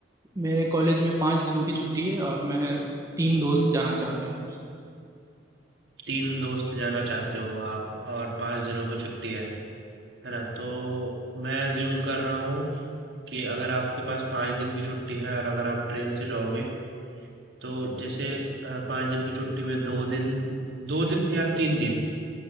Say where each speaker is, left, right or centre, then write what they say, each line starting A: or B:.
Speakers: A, on the right; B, on the right.
A: मेरे कॉलेज में पाँच दिनों की छुट्टी है और मैं तीन दोस्त जाना चाहते हैं
B: तीन दोस्त जाना चाहते हो आप और पांच दिनों की छुट्टी है है ना तो मैं ज्यूम कर रहा हूँ कि अगर आपके पास पांच दिन की छुट्टी है और अगर आप ट्रेन से जाओगे तो जैसे अ, पांच दिन की छुट्टी में दो दिन दो दिन या तीन दिन